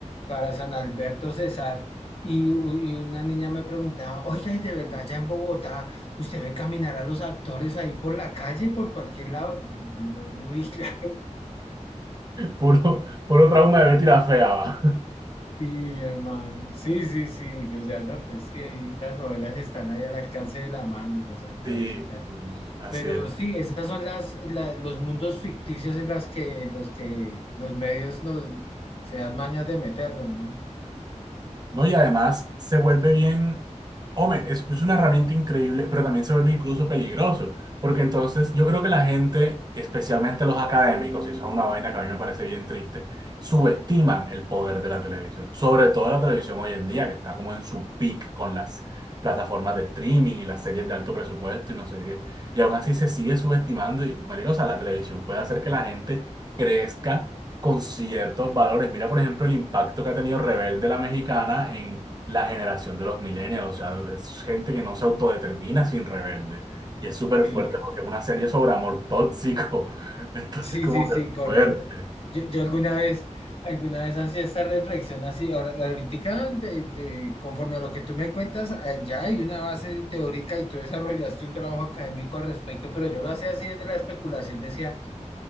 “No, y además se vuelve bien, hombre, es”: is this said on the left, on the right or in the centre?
Right